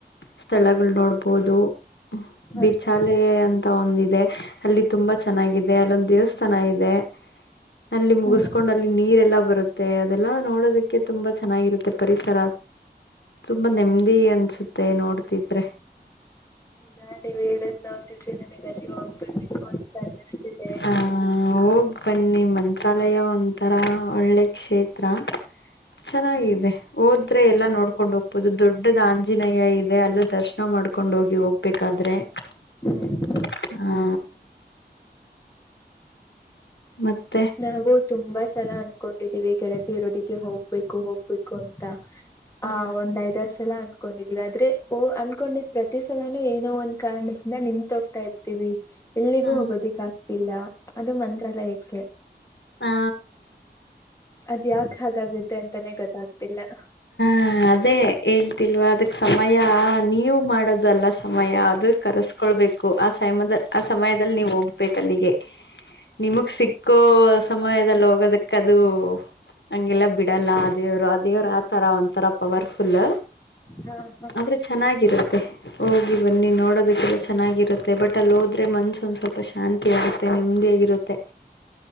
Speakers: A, on the left; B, on the left.
A: ಸ್ಥಳಗಳು ನೋಡ್ಬೋದು.
B: ಹೌದಾ
A: ಬಿಚಾಲ ಅಂತ ಒಂದಿದೆ. ಅಲ್ಲಿ ತುಂಬಾ ಚೆನ್ನಾಗಿದೆ ಅಲ್ಲೊಂದು ದೇವಸ್ಥಾನ ಇದೆ. ಅಲ್ಲಿ ಮುಗಸ್ಕೊಂಡ್
B: ಹ್ಮ್
A: ಅಲ್ಲಿ ನೀರೆಲ್ಲಾ ಬರುತ್ತೆ ಅದೆಲ್ಲಾ ನೋಡೋದಕ್ಕೆ ತುಂಬಾ ಚೆನ್ನಾಗಿರುತ್ತೆ ಪರಿಸರ. ತುಂಬಾ ನೆಮ್ಮದಿ ಅನ್ಸುತ್ತೆ ನೋಡ್ತಿದ್ರೆ.
B: ನಾನ್ ನೀವ್ ಹೇಳದ್ ನೋಡ್ತಿದ್ರಿ ನನಗ್ ಅಲ್ಲಿಯ ಹೋಗ್ಬರ್ಬೇಕು ಅಂತ ಅನ್ನಿಸ್ತಿದೆ.
A: ಹ ಹೋಗ್ ಬನ್ನಿ ಮಂತ್ರಾಲಯ ಒಂದು. ತರ ಒಳ್ಳೆ ಕ್ಷೇತ್ರ ಚೆನ್ನಾಗಿದೆ
B: ಹ್ಮ್
A: ಹೋದ್ರೆ ಎಲ್ಲಾ ನೋಡ್. ಕಕೊಂಡ್ ಹೋಗ್ಬಹುದು ದೊಡ್ಡದು ಆಂಜನೇಯ ಇದೆ ಅಲ್ಲ ದರ್ಶನ ಮಾಡ್ಕೊಂಡ್ ಹೋಗಿ. ಬೇಕಾದ್ರೆ <inaudible>
B: ಹ್ಮ್
A: ಹಾ. ಮತ್
B: ನಾವು ತುಂಬಾ ಸಲ ಅನ್ಕೊಂಡಿದೀವಿ ಕೆಳತಿ ಇರೋದಿಗೆ ಹೋಗ್. ಹೋಗ್ಬೇಕು ಹೋಗ್ಬೇಕು ಅಂತ
A: ಹಾ
B: ಆ ಒಂದ್ ಐದ. ಸಲ ಅನ್ಕೊಂಡಿದೀವಿ ಆದ್ರೆ ಓ ಅನ್ಕೊಂಡಿದ್ ಪ್ರತಿ ಸಲಾನೂ ಏನೋ ಒಂದ್ ಕಾರಣದಿಂದ ನಿಂತತ್ ಹೋಗ್ತಾ ಇರ್ತೀವಿ. ಎಲ್ಲಿಗೂ
A: ಹಾ
B: ಹೋಗೋದಿಕ್ ಆಗ್ತಿಲ್ಲ ಅದು ಮಂತ್ರಾಲಯಕ್ಕೆ.
A: ಹಾ
B: ಅದ್ ಯಾಕ ಹಾಗಾಗತ್ತೆ ಅಂತಾನೆ ಗೊತ್ತಾಗ್ತಿಲ್ಲ.
A: ಹ ಅದೇ ಹೇಳ್ತಿಲ್ವಾ ಅದಕ್ ಸಮಯ ನೀವು ಮಾಡೋದಲ್ಲ. ಸಮಯ ಅದು ಕರೆಸ್ಕೊಳ್ಬೇಕು ಆ ಸಮಯದ ಆ ಸಮಯದಲ್ಲಿ ನೀವು ಹೋಗ್ಬೇಕು ಅಲ್ಲಿಗೆ. ನಿಮಗ್ ಸಿಕ್ಕೋ ಸಮಯದಲ್ಲಿ ಹೋಗದಕ್ಕದು. ಹಂಗೆಲ್ಲಾ ಬಿಡಲ್ಲ ಅ ದೇವ್ರು ಆ ದೇವ್ರು ಆತರ ಒಂತರ. ಪವರ್ಫುಲ್
B: ಹಾ ಹಾ
A: ಆದ್ರೆ ಚೆನ್ನಾಗಿರುತ್ತೆ. ಹೋಗಿ ಬನ್ನಿ ನೋಡೋದಕ್ಕೆಲ್ಲ ಚೆನ್ನಾಗಿರುತ್ತೆ ಬಟ್ ಅಲ್ಲಿ ಹೋದ್ರೆ ಮನ್ಸ ಒಂದ ಸ್ವಲ್ಪ ಶಾಂತಿ ಆಗುತ್ತೆ. ನೆಮ್ಮದಿಯಾಗಿರುತ್ತೆ.